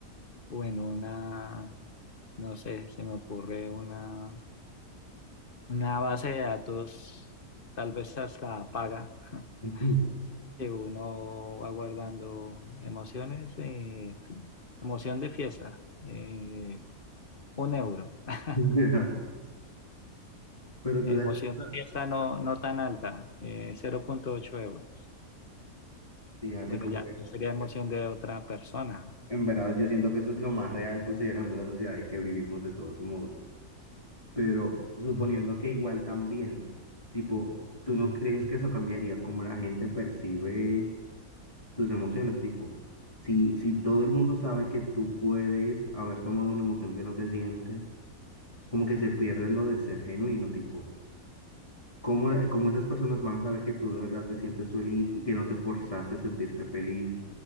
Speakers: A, on the left (about 40°); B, on the left (about 20°).
A: o en una, no sé, se me ocurre una una base de datos, tal vez hasta paga, <laughs>
B: <laughs>
A: que uno va guardando emociones, eh, fi- emoción de fiesta, eh, un euro. <laughs>
B: Ujú. Ajá. Pero tú
A: Emoción
B: sabes,
A: de fiesta no, no tan alta, eh, cero punto ocho euros.
B: sí, así
A: Bueno,
B: como
A: ya,
B: que
A: no sería emoción de otra persona.
B: en verdad yo siento que eso es lo más real considerando la sociedad en que vivimos de todos modos. Pero suponiendo que igual también, tipo, ¿tú no crees que eso cambiaría como la gente percibe? tus emociones, tipo, si, si todo el mundo sabe que tú puedes haber tomado una emoción que no te sientes, como que se pierde lo de ser genuino, tipo, ¿cómo, la- cómo esas personas van a saber que tú de verdad te sientes feliz y que no te forzaste a sentirse feliz